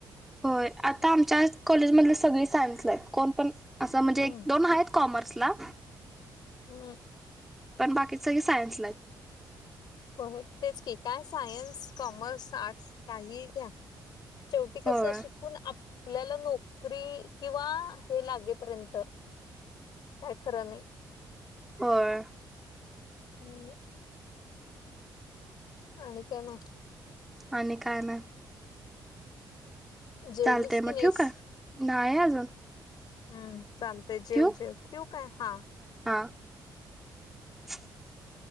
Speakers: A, in the centre; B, on the left.
A: होय आता आमच्या कॉलेजमधले सगळे सायन्स आहेत कोण पण असं म्हणजे
B: हम्म.
A: एक दोन आहेत कॉमर्सला
B: हम्म.
A: पण बाकी सगळे सायन्सलाइत.
B: हो तेच की काय सायन्स कॉमर्स आर्ट्स काहीही घ्या. शेवटी कस
A: होय
B: शिकून आप पल्याला नोकरी किंवा हे लागेपर्यंत काय खरं नई.
A: होय.
B: हम्म. आणि काय म?
A: आणि काय नाय.
B: जेवलीस
A: चालतय
B: की
A: म
B: नाहीस
A: ठेउ का नाय अजून
B: हम्म चालतय जेव
A: ठेवू
B: जेव ठेऊ काय हा.
A: हा <inaudible>